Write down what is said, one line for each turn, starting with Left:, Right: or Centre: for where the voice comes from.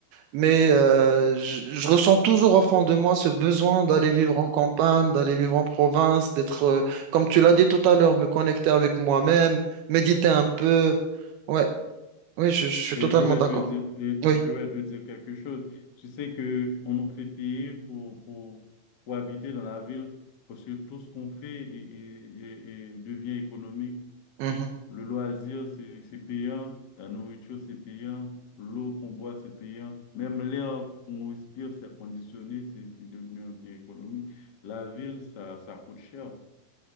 Right: mais euh, je, je ressens toujours au fond de moi ce besoin d'aller vivre en campagne, d'aller vivre en province, d'être, euh, comme tu l'as dit tout à l'heure, me connecter avec moi-même, méditer un peu. Ouais, oui, je, je suis
Left: Et
Right: totalement
Left: je vais
Right: d'accord.
Left: te dire, et
Right: Oui.
Left: je vais te dire quelque chose. Tu sais que on nous fait payer pour, pour, pour habiter dans la ville parce que tout ce qu'on fait est- est- est- est- devient économique.
Right: Mhm.
Left: Le loisir, c'est c'est payant. La nourriture, c'est payant. L'eau qu'on boit, c'est payant. Même l'air qu'on respire, c'est conditionné. C'est c'est devenu un bien économique. La ville, ça, ça coûte cher.